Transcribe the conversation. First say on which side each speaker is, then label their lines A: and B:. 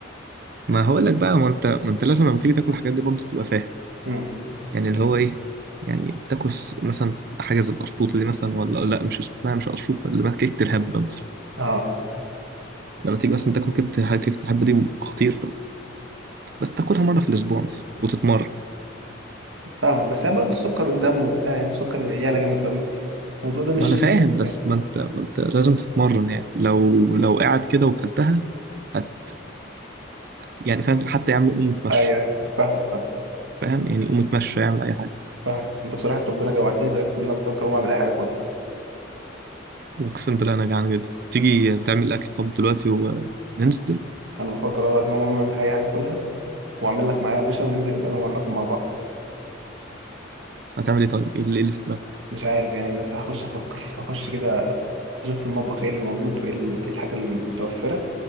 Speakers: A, on the right (about 50°); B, on the right (about 80°).
A: ما هقول لك بقى ما انت ما انت لازم لما تيجي تاكل الحاجات دي برضه تبقى فاهم
B: مم.
A: يعني اللي هو ايه يعني تاكل س- مثلا حاجه زي القشطوطه دي مثلا ولا لا مش اسمها مش قشطوطه اللي بقى كيكه الهبه مثلا
B: اه
A: لما تيجي مثلا تاكل كيكه الهبه، كيكه الهبه دي خطيره بس تاكلها مره في الاسبوع مثلا وتتمرن
B: فاهمك بس هي برضه السكر والدم وبتاع يعني في سكر العيالة جامد قوي الموضوع ده مش
A: ما انا فاهم
B: أحسن حاجة
A: بس
B: يعني
A: ما انت ما انت لازم تتمرن يعني لو لو قاعد كده وكلتها هت يعني فاهم حتى يا عم قوم اتمشى
B: أيوه أيوه. فاهمك فاهمك
A: فاهم يعني قوم اتمشى اعمل اي حاجه
B: فاهمك أنت بصراحة ربنا جوعتني لدرجة إن أنا بفكر أقوم أعمل أي حاجة كلها
A: واقسم بالله انا جعان جدا تيجي تعمل اكل طب دلوقتي وننزل
B: أنا بفكر والله العظيم أقوم أعمل أي حاجة كلها وأعمل لك معايا يا باشا وننزل نتقابل وناكل مع بعض
A: هتعمل ايه طيب ايه اللي إيه اللي في دماغك
B: مش عارف يعني بس هخش أفكر هخش كده أشوف في المطبخ إيه اللي موجود وإيه ال- إيه الحاجة المتوفرة